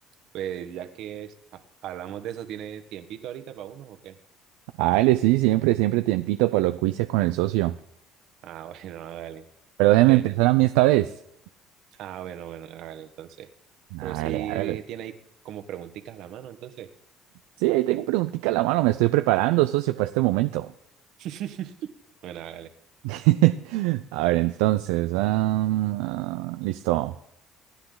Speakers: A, on the right; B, on the right.
A: pues ya que es- ha- hablamos de eso, ¿tiene tiempito ahorita para uno o qué?
B: Dale, sí, siempre, siempre tiempito para los quizzes con el socio.
A: Ah, <laughs> bueno, hágale.
B: Pero
A: Mete.
B: déjeme empezar a mí esta vez.
A: Ah, bueno, bueno, hágale entonces.
B: Dale,
A: Pero sí
B: dale.
A: tiene ahí como preguntitas a la mano, entonces.
B: Sí, ahí tengo preguntica a la mano, me estoy preparando, socio, para este momento.
A: <laughs> Bueno, hágale.
B: <laughs> A ver, entonces, ah, listo.